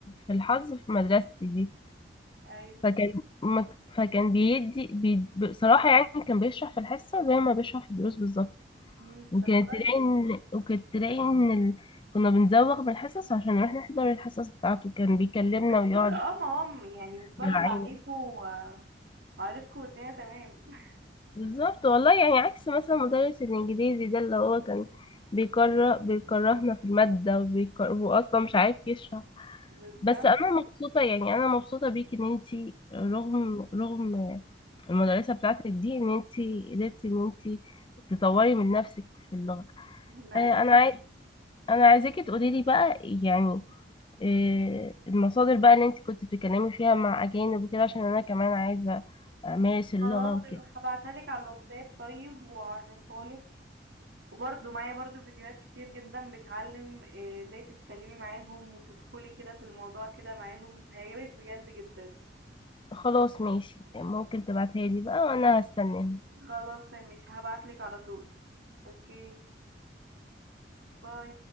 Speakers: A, on the left (about 30°); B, on the right (about 65°).
A: في الحظ في مدرستي دي
B: ايوه
A: فكان ما- فكان بيدي بي- بصراحه يعني كان بيشرح في الحصه زي ما بيشرح في الدروس بالظبط
B: مم.
A: وكانت
B: طب كويس
A: تلاقي ان وكانت تلاقي ان ال... كنا بنزوغ من الحصص عشان نروح نحضر الحصص بتاعته كان بيكلمنا
B: من كتر
A: ويقعد
B: اه ما هم يعني بتصاحب
A: يراعينا
B: عليكوا و- وعارفكوا والدنيا تمام <laughs>
A: بالظبط والله يعني عكس مثلا مدرس الانجليزي ده اللي هو كان بيكره بيكرهنا في المادة وبيكره واصلا مش عارف يشرح
B: بالظبط
A: بس انا مبسوطة يعني انا مبسوطة بيك ان انتي رغم رغم المدرسة بتاعتك دي ان انتي قدرتي ان انتي تطوري من نفسك في اللغة
B: ما
A: آه،
B: اكيد
A: انا عايز انا عايزاكي تقولي لي بقى يعني آه، المصادر بقى اللي انتي كنت بتتكلمي فيها مع اجانب وكده عشان انا كمان عايزة امارس اللغة
B: خلاص
A: وكده
B: هبعتها لك على الواتساب طيب وعرفها لك وبرضه معايا برضه فيديوهات كتير جدا بتعلم آه، ازاي تتكلمي معاهم وتدخلي كده في الموضوع كده معاهم هيعجبك بجد جدا
A: خلاص ماشي ممكن تبعتها لي بقى وانا هستناها
B: خلاص طيب ماشي هبعتلك على طول اوكي باي